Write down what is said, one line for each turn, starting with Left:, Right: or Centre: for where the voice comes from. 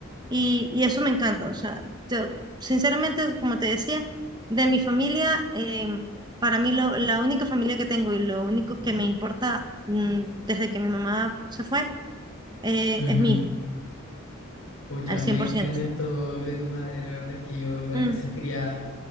Right: y, y eso me encanta, o sea, yo sinceramente, como te decía, de mi familia, eh, para mí lo, la única familia que tengo y lo único que me importa mm, desde que mi mamá se fue eh,
Left: Ujú.
Right: es mi hija,
Left: Pucha,
Right: al
Left: me
Right: cien por ciento
Left: lamento lo de tu madre, la verdad es que yo igual
Right: Mm,
Left: me sentiría